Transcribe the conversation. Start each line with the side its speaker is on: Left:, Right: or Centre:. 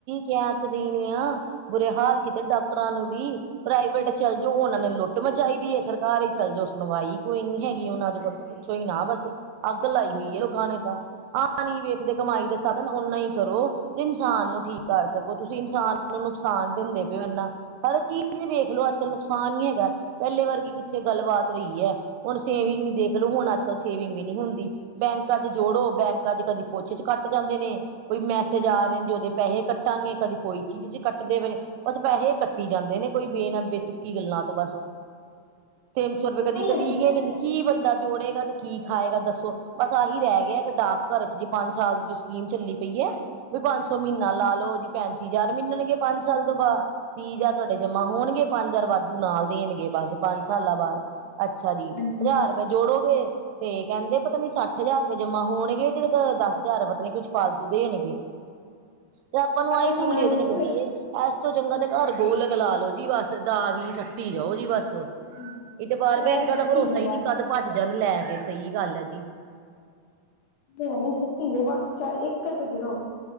Right: ਕੈਤਰੀ ਨ ਆ ਬੁਰੇ ਹਾਲ ਕੀਤੇ ਡਾਕਟਰਾਂ ਨੂੰ ਵੀ ਪ੍ਰਾਈਵੇਟ ਚੱਲ ਜੋ ਉਹਨਾ ਨੇ ਲੁੱਟ ਚਾਹੀਦੀ ਹੈ ਸਰਕਾਰ ਹੀ ਚੱਲ ਜਾਓ ਸੁਣਵਾਈ ਕੋਈ ਨੀ ਹੈਗੀ। ਉਹਨਾਂ ਕੋਲ
Left: ਹਾਂਜੀ
Right: ਤਾਂ ਪੁੱਛੋ ਹੀ ਨਾ ਬਸੇ ਅੱਗ ਲਾਈ
Left: ਹਾਂਜੀ
Right: ਹੋਈ ਏ ਰੁਕਾਣੇ ਤਾਂ ਆਹ ਪਾਣੀ ਵੇਖਦੇ ਕਮਾਈ ਦੇ ਸਾਧਨ ਓਨਾ ਹੀ ਕਰੋ। ਇਨਸਾਨ ਨੂੰ ਠੀਕ ਕਰ ਸਕੋ ਤੁਸੀਂ ਇਨਸਾਨ ਨੂੰ ਨੁਕਸਾਨ ਦਿੰਦੇ ਪਏ ਹੋ ਇਨਾ ਹਰ ਚੀਜ਼ ਵੇਖ ਲੋ। ਅੱਜ ਕੱਲ ਨੁਕਸਾਨ ਨੀ ਹੈਗਾ ਪਹਿਲੇ ਵਰਗੀ ਕਿੱਥੇ ਗੱਲਬਾਤ ਰਹੀ ਹੈ ਹੁਣ ਸੇਵਿੰਗ
Left: ਹੂੰ
Right: ਦੇਖਲੋ ਹੁਣ ਅੱਜਕਲ ਸੇਵਿੰਗ ਵੀ ਨਹੀਂੀ ਹੁੰਦੀ ਬੈਂਕਾਂ ਚ ਜੋੜੋ ਬੈਂਕਾਂ ਚ ਕਦੇ ਕੁਛੇ ਚ ਕੱਟ ਜਾਂਦੇ ਨੇ ਕੋਈ। ੇ
Left: ਹਾਂਜੀ
Right: ਜਾ ਰਹੇ ਜ ਜੋਦਦੇ ਪੈਸੇ ਕੱ ਕੱਟਾਂਗੇ ਕਦੇ ਕੋਈ ਚੀਜ਼ ਚ ਕੱਟਦੇ ਪਏ ਨੇ ਬਸ ਪੈਸੇ ਕੱਟੀ ਜਾਂਦੇ ਨੇ ਕੋਈ ਬੇਨਾ ਬੇਤੁੱਕੀ ਗੱਲਾਂ ਤੋਂ ਬਸ। ਤਿੰਨ ਸੌ ਰੁਪਏ ਕਦੀ
Left: ਹੀ
Right: ਕਟੀ
Left: ਜਾਂਦੇ
Right: ਗਏ
Left: ਆ
Right: ਨੇ
Left: ਤੇ
Right: ਜੀ ਕੀ ਬੰਦਾ। ਜੋੜੇਗਾ ਤੇ ਕੀ ਖਾਏਗਾ ਦੱਸੋ ਬਸ ਆਹੀ ਰਹਿ ਗਿਆ ਇੱਕ ਡਾਕ ਘਰ ਚ ਜੇ ਪੰਜ ਸਾਲ ਦੀ ਜੋ ਸਕੀਮ ਚੱਲੀ ਪਈ ਹੈ। ਵੀ ਪੰਜ ਸੌ ਮਹੀਨਾ
Left: ਹਾਂਜੀ
Right: ਲਾ ਲੋਓ ਜੀ ਪੈਂ ਤੀਹ ਹਜ਼ਾਰ ਮਨਣਗੇ ਪੰਜ ਸਾਲ ਤੋਂ ਬਾਅਦ ਤੀਹ ਹਜ਼ਾਰ ਤੁਹਾਡੇ ਜਮਾ ਹੋਣਗੇ ਪੰਜ ਹਜ਼ਾਰ ਵਾਧੂ ਨਾਲ ਦੇਣਗੇ ਬਸ। ਪੰਜ ਸਾਲਾਂ ਬਾਅਦ ਅੱਛਾ ਜੀ
Left: ਹਾਂਜੀ
Right: ਹਜ਼ਾਰ ਰੁਪਏ ਜੋੜੋਗੇ। ਤੇ ਕਹਿੰਦੇ ਪਤਾ ਨੀ ਸੱਠ ਹਜ਼ਾਰ ਰੁਪਏ ਜਮਾ ਹੋਣਗੇ ਤੇ ਦਸ ਹਜ਼ਾਰ ਪਤਾ ਨੀ ਕੁਛ ਫਾਲਤੂ ਦੇਣਗੇ। ਤੇ ਆਪਾਂ ਨੂੰ
Left: ਪਤਾ
Right: ਆਹੀ
Left: ਨੀ
Right: ਸਹੂਲੀਅਤ
Left: ਹੈ ਕਿੱਧਰ
Right: ਲੱਗਦੀ ਏ। ਤੋਂ ਜੰਗਾ ਤੇ ਘਰ ਗੋਲ ਗ ਲ ਲੋ ਜੀ ਬਸ ਦਾ ਵੀ ਸੱਟੀ ਜਾਓ ਜੀ ਬਸ।
Left: ਜਿੰਨੇ
Right: ਇਹ ਤੇ ਬਾਰ ਬੈਂਕਾਂ
Left: ਵਜੇ ਸੱਟੀ
Right: ਦਾ ਭਰੋਸਾ
Left: ਜਾਓ
Right: ਹੀ
Left: ਬਸ
Right: ਨੀ ਕਦ ਭੱਜ ਜਾਣ ਲੈ ਕੇ। ਸਹੀ ਗੱਲ ਹੈ ਜੀ।
Left: ਆ ਸਤੀ ਬੱਸ ਚਾਰ ਇੱਕ ਕਰ ਤਾਂ ਗਰੋ